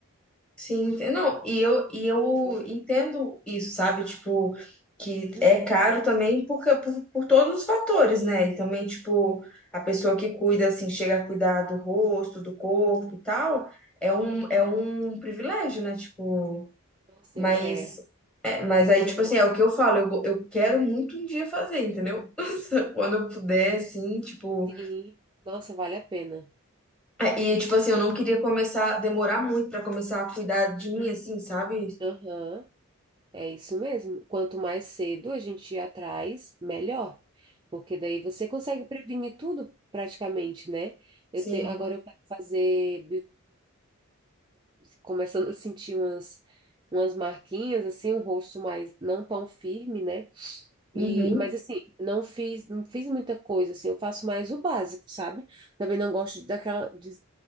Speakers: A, in the centre; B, on the right.
A: Sim, ente- não, e eu, e eu
B: Realmente.
A: entendo isso, sabe? Tipo, que
B: Hum.
A: é caro também porque, por, por todos os fatores, né? E também, tipo, a pessoa que cuida, assim, chega a cuidar do rosto, do corpo e tal, é um, é um privilégio, né? Tipo,
B: Nossa,
A: mas,
B: eu, é,
A: é, mas
B: é
A: aí,
B: tão
A: tipo
B: bom.
A: assim, é o que eu falo, eu, go- eu quero muito um dia fazer, entendeu? <laughs> Quando eu puder, assim, tipo.
B: Sim. Nossa, vale a pena.
A: ah, E, tipo assim, eu não queria começar, demorar muito pra começar a cuidar de mim,
B: Hum.
A: assim, sabe?
B: Aham, É isso mesmo. Quanto mais cedo a gente ir atrás, melhor. Porque daí você consegue prevenir tudo praticamente, né? Eu
A: Sim.
B: te, agora eu quero fazer começando a sentir umas, umas marquinhas, assim, um rosto mais não tão firme, né?
A: Uhum.
B: E, mas assim, não fiz, não fiz muita coisa, assim, eu faço mais o básico, sabe? Também não gosto daquela, de-